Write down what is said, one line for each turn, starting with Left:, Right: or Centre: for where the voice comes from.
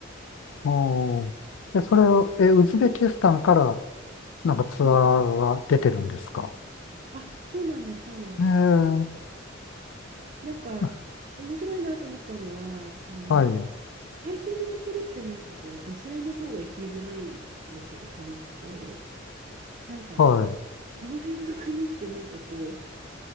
Left: おーえ、それを、え、ウズベキスタンからなんかツアーが出てるんですか
Right: うん。あ、そうなんです、そうなんです。
Left: ええ
Right: なんか面白いなと思ったのは、
Left: あ
Right: あの、
Left: はい、
Right: 大抵のところってなんかこう、女性の方が生きづらいんですけど、国って。なんか、
Left: はい、
Right: あの辺の国ってなんかこ